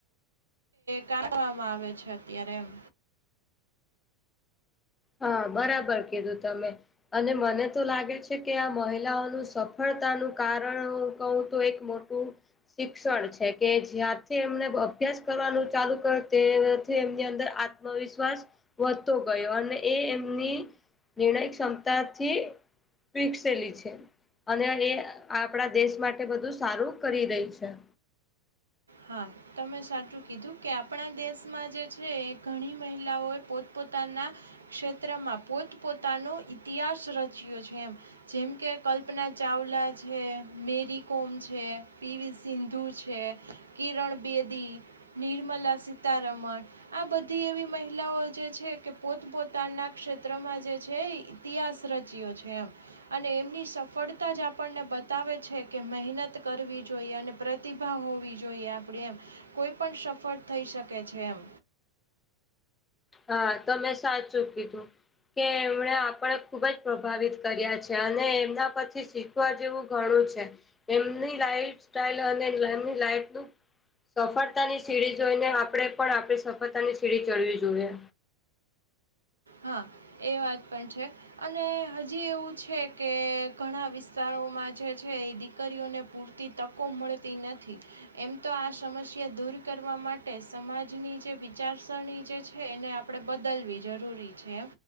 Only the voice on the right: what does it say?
કાઢવામાં આવે છે અત્યારે એમ.
હા. તમે સાચું કીધું કે આપણા દેશમાં જે છે એ ઘણી મહિલાઓએ પોતપોતાના. ક્ષેત્રમાં પોત પોતાનો ઇતિહાસ રચ્યો છે એમ. જેમ કે કલ્પના ચાવલા છે, મેરી કોમ છે, પીવી સિંધુ છે. છે કિરણ બેદી, નિર્મલા સીતારમણ. આ બધી એવી મહિલાઓ જે છે કે પોત પોતાના ક્ષેત્રમાં જે છે. ઇતિહાસ રચ્યો છે એમ. અને એમની સફળતા જ આપણને બતાવે છે કે મહેનત કરવી જોઈએ અને પ્રતિભા હોવી જોઈએ. જોઈએ આપણે એમ કોઈ પણ સફળ થઈ શકે છે એમ.
હા એ વાત પણ છે. અને હજી એવું છે કે ઘણા વિસ્તારોમાં જે છે એ દીકરીઓને પૂરતી તકો મળતી નથી. એમ તો આ સમસ્યા દૂર કરવા માટે સમાજની જે વિચારસરણી જે છે એને આપણે બદલવી જરૂરી છે.